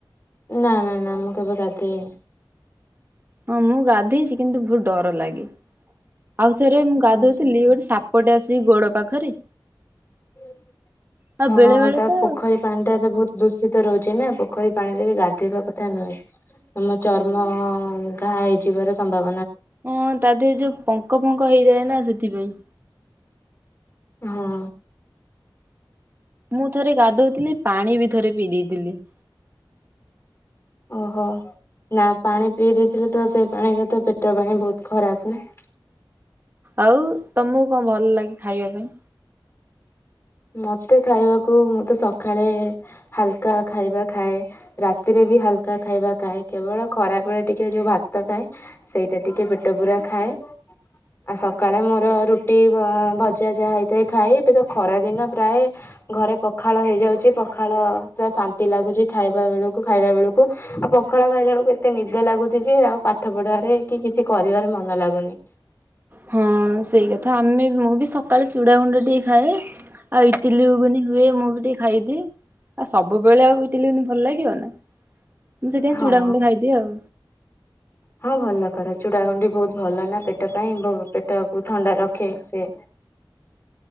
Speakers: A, on the left; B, on the right.
A: ନା ନା ନା ମୁଁ କେବେ ଗାଧେଇନି
B: ହଁ ମୁଁ ଗାଧେଇଛି କିନ୍ତୁ ବହୁତ ଡର ଲାଗେ ଆଉ <inaudible> ରେ ମୁଁ ଗାଧଉଥିଲି
A: ଆଚ୍ଛା ଆଚ୍ଛା
B: ଗୋଟେ ସାପଟେ ଆସି ସେଇ ଗୋଡ ପାଖରେ।
A: <inaudible>
B: ଆଉ ବେଳେ
A: ହଁ
B: ବେଳେ
A: ତା
B: ତ
A: ପୋଖରୀ ପାଣି ଟା ଏବେ ବହୁତ ଦୂଷିତ ରହୁଛି ନା ପୋଖରୀ ପାଣିରେ ବି ଗାଧେଇବା କଥା ନୁହେଁ ଆମ ଚର୍ମ ଘା ହେଇଯିବାର ସମ୍ଭାବ
B: ହଁ ତା ଦେହରେ ଯୋଉ ପଙ୍କ ଫଙ୍କ ହେଇଯାଏ ନା ସେଥିପାଇଁ।
A: ହଁ।
B: ମୁଁ ଥରେ ଗାଧଉଥିଲି ପାଣି ବି ଥରେ ପିଇ ଦେଇଥିଲି। <inaudible>
A: ଓହୋ ନା ପାଣି ପିଇ ଦେଇଥିଲି ତ ସେଇ ପାଣିରେ ତ ପେଟ ପାଣି ବହୁତ ଖରାପ ନା। <inaudible>
B: ଆଉ ତମକୁ କଣ ଭଲ ଲାଗେ? ଖାଇବା ପାଇଁ?
A: ମତେ ଖାଇବାକୁ ମୁଁ ତ ସକାଳେ ହାଲକା ଖାଇବା ଖାଏ ରାତିରେ ବି ହାଲକା ହାଲକା ଖାଇବା ଖାଏ କେବଳ ଖରାବେଳେ ଟିକେ ଯୋଉ ଭାତ ଖାଏ, ସେଇଟା ଟିକେ ପେଟ ପୂରା ଖାଏ। ଆଉ ସକାଳେ ମୋର ରୁଟି ଭଜା ଯାହା ହେଇଥାଏ ଖାଏ ଏବେ ତ ଖରାଦି ଦିନ ପ୍ରାୟ ଘରେ ପଖାଳ ହେଇଯାଉଛି, ପଖାଳ ପୁରା ଶାନ୍ତି ଲାଗୁଛି ଖାଇବା ବେଳକୁ ଖାଇଲା ବେଳକୁ ଆଉ ପଖାଳ ଖାଇଲା ବେଳକୁ ଏତେ ନିଦ ଲାଗୁଛି ଯେ ଆଉ ପାଠ ପଢିବାରେ କି କିଛି କରିବାରେ ମନ ଲାଗୁନି।
B: ହଁ ସେଇ କଥା ଆମେ ମୁଁ ବି ସକାଳେ ଚୁଡା ଗୁଣ୍ଡ ଟିକେ ଖାଏ, ଆଉ ଇଟିଲି ଘୁଗୁନି ହୁଏ ମୁଁ ବି ଟିକେ ଖାଇଦିଏ ଆଉ ସବୁବେଳେ ଆଉ ଇଟିଲି ଘୁଗୁନି ଭଲ ଲାଗିବ ନା। ମୁଁ ସେଥିପାଇଁ
A: ହଁ
B: ଚୁଡ଼ାଗୁଣ୍ଡ ଖାଇଦିଏ ଆଉ।
A: ହଁ ଭଲ କର ଚୁଡ଼ାଗୁଣ୍ଡି ବହୁତ ଭଲ ନା ପେଟ ପାଇଁ ପେଟକୁ ଥଣ୍ଡା ରଖେ ସେ।